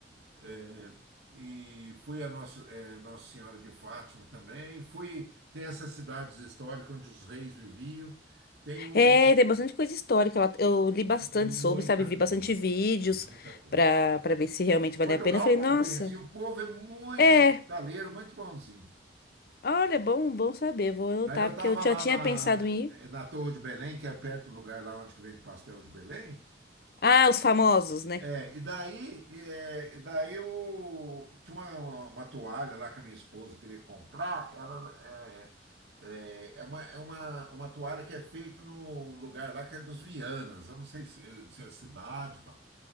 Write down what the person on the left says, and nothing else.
É, tem bastante coisa histórica. lá. Eu li bastante
sobre, sabe? Vi
bastante vídeos
pra, pra ver se realmente vale
a pena. Eu falei,
nossa,
é,
olha, bom, bom saber. Vou anotar,
porque eu já
tinha
pensado em ir.
Ah, os famosos, né?